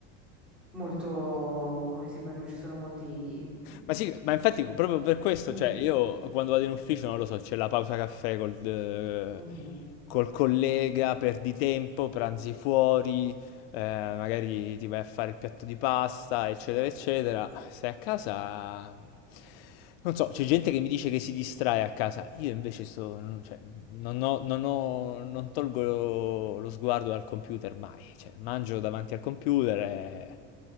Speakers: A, in the centre; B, on the left.
A: molto, come si può, non ci sono molti mh,
B: Ma sì, ma infatti proprio per questo,
A: muri
B: cioè io quando vado in ufficio non lo so, c'è la pausa caffè col, eh,
A: Mhm,
B: col collega, perdi tempo, pranzi fuori. eh, magari ti vai a fare il piatto di pasta, eccetera, eccetera. Stai a casa, non so, c'è gente che mi dice che si distrae a casa, io invece sto, non, cioè, non ho, non ho- non tolgo lo, lo sguardo dal computer mai, cioè, mangio davanti al computer e...